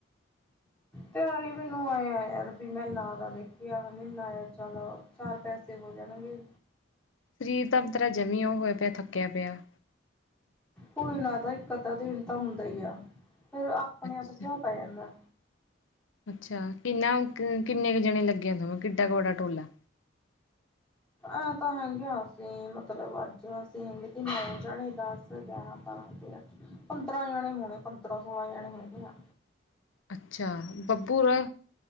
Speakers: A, on the left (about 85°); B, in the centre.
A: <inaudible>
B: ਤਿਆਰ ਹੀ ਮੈਨੂੰ ਆਏਆ ਯਾਰ ਵੀ ਮੈਂ ਨਾ ਲਾ ਦੇਖੀ ਆ ਮੈ ਨਾ ਲਾ ਚਲ, ਚਾਰ ਪੈਸੇ ਹੋ ਜਾਣਗੇ।
A: ਸ਼ਰੀਰ ਤਾਂ ਤੇਰਾ ਜਮੀ ਉਹ ਹੋਇਆ ਪਿਆ ਥੱਕਿਆ ਪਿਆ।
B: ਕੋਈ ਨਾ ਇਹ ਤਾ ਇੱਕ ਅੱਧਾ ਦਿਨ ਤਾਂ ਹੁੰਦਾ ਹੀ ਆ, ਫਿਰ ਆਪਣੇ
A: ਅੱਛਾ
B: ਆਪ ਸੁਬਾਹ ਪੈ ਜਾਂਦਾ,
A: ਅੱਛਾ ਕਿੰਨਾ ਕਿੰਨੇ ਕੁ ਜਣੇ ਲੱਗੇ ਆ ਤੁਹਾਨੂੰ ਕਿੱਡਾ ਕੁ ਵੱਡਾ ਟੋਲਾ,
B: ਐ ਤਾਂ ਹੈਗੇ ਆ ਅਸੀਂ ਮਤਲਬ ਅੱਜ ਅਸੀਂ ਹੈਗੇ ਤੀ ਨੌ ਜਾਣੇ ਦਸ ਗਿਆਰਾਂ ਬਾਰਾਂ ਤੇਰਾਂ ਪੰਦਰਾਂ ਜਣੇ ਹੋਣੇ ਪੰਦਰਾਂ ਸੋਲਾਂ ਜਣੇ ਹੈਗੇ ਆ।
A: ਅੱਛਾ, ਬੱਬੂ ਅ